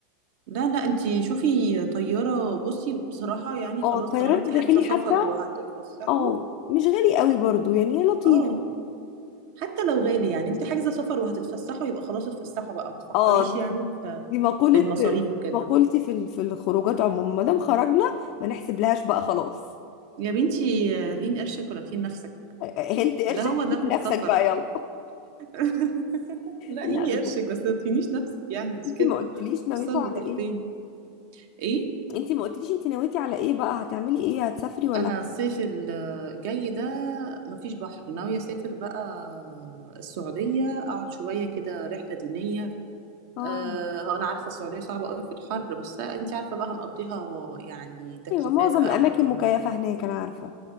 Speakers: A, on the right; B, on the left.
A: لا لا انت شوفي طيارة بصي بصراحة يعني
B: اه
A: خلاص
B: الطيران
A: طالما انت
B: الداخلي
A: حاجزة سفر
B: حتى
A: وهتتفسحوا
B: اه مش غالي قوي برضو يعني لطيف
A: اه حتى لو غالي يعني انت حاجزة سفر وهتتفسحوا يبقى خلاص اتفسحوا بقى ما تفكريش
B: اه دي
A: يعني في
B: دي مقوله
A: في المصاريف وكده
B: مقولتي في ال- في الخروجات عموما ما دام خرجنا ما نحسب لهاش بقى خلاص
A: يا بنتي آه، هين قرشك ولا تهين نفسك
B: هنت قرشك
A: ده هو ده
B: جيب
A: في السفر
B: نفسك بقى يلا
A: <laughs> لا
B: لا
A: هيني
B: بجد
A: قرشك بس ما تهينيش نفسك يعني مش
B: انت
A: كده
B: ما قلتليش نويتوا
A: الصيف
B: على
A: بتفطين
B: ايه
A: ايه
B: انت ما قلتليش انت نويتي على ايه بقى هتعملي ايه هتسافري ولا
A: انا الصيف الجاي ده مفيش بحر ناوية اسافر بقى السعودية اقعد شوية كده رحلة دينية
B: اه
A: آه، هو انا عارفه السعوديه صعبه قوي في الحر بس انت عارفه بقى هنقضيها يعني تكييفات
B: ايوه معظم
A: بقى
B: الاماكن
A: والحوارات
B: مكيفه
A: دي
B: هناك انا عارفه